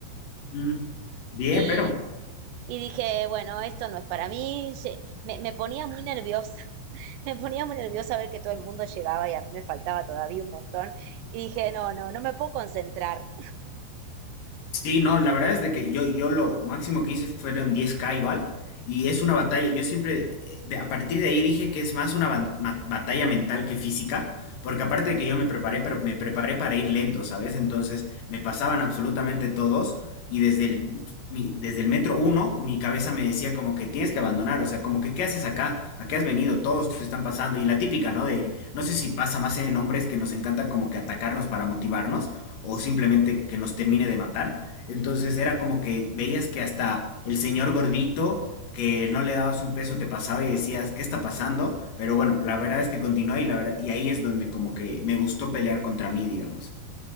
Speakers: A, on the left; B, on the right.
A: Mm. Bien,
B: y,
A: pero...
B: y dije, bueno, esto no es para mí. Ye- Me, me ponía muy nerviosa me ponía muy nerviosa ver que todo el mundo llegaba y a mí me faltaba todavía un montón. Y dije, no, no, no me puedo concentrar.
A: Sí, no, la verdad es de que yo, yo lo máximo que hice fueron diez k igual, y es una batalla, yo siempre, eh, de- a partir de ahí dije que es más una ban- ma- batalla mental que física, porque aparte de que yo me preparé, pero me preparé para ir lento, ¿sabes? Entonces me pasaban absolutamente todos, y desde el, mi- desde el metro uno, mi cabeza me decía como que tienes que abandonar, o sea, como que ¿qué haces acá? ¿A qué has venido? Todos te están pasando, y la típica, ¿no? De, no sé si pasa más en hombres que nos encanta como que atacarnos para motivarnos, o simplemente que nos termine de matar entonces era como que veías que hasta el señor gordito, que no le dabas un peso, te pasaba y decías, ¿qué está pasando? Pero bueno, la verdad es que continúa y, la verdad, y ahí es donde como que me gustó pelear contra mí, digamos.